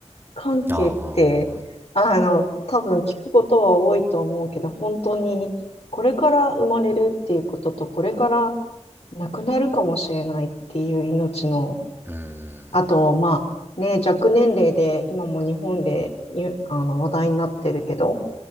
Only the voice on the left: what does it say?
関係って、
あの、多分聞くことは多いと思うけど、本当に、これから生まれるっていうことと、これから亡くなるかもしれないっていう命の、
あと、まあ、ね、若年齢で今も日本でゆあの話題になってるけど、